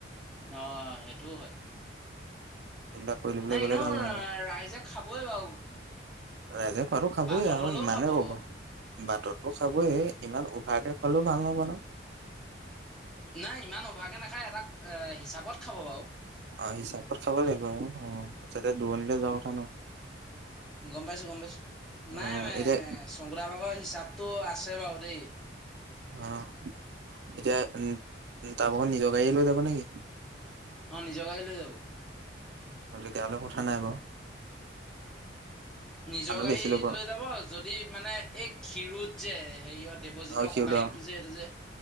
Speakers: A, in the centre; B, on the right.
A: অঁ, সেইটোওঁ হয়।
B: এইবিলাক কৰি লৈ পেলাই
A: নাই
B: গ'লে
A: এনেও
B: ভাল নহ'ব।
A: ৰাইজে খাবই বাৰু।
B: ৰাইজে খোৱাটো খাবয়ে
A: বাটত
B: আৰু
A: হ'লেও
B: ইমানেই
A: খাব বাৰু
B: বাটতো খাবয় ইমান। ভাৰৰে খলেও ভাল নব ন <unintelligible>
A: নাই, ইমান অভাকে নাখায় এটা এ হিচাপত। খাব বাৰু
B: অ, হিচাপত খাব লাগিব অ। আচ্ছা দূৰণিলৈ যোৱা কথা নহয়।
A: গম পাইছো গম পাইছো, নাই
B: অ
A: মানে
B: এতিয়া
A: শংকুদা ভাগৰ হিচাপতটো আছে বাৰু দেই।
B: আহ, এতিয়া তাৰ ভাগ নিজৰ গাড়ীয়ে লৈ যাব নেকি?
A: অঁ নিজৰ গাড়ী লৈ যাব।
B: তেতিয়া হলে কথা নাই বাৰু।
A: নিজৰ
B: মানুহ
A: গাড়ী
B: বেছি ল'ব
A: লৈ যাব যদি মানে এক। ক্ষিৰোত যে হেৰিয়ত দেৱজিত
B: অ সিউদা
A: ককায়কটো যে এইটো যে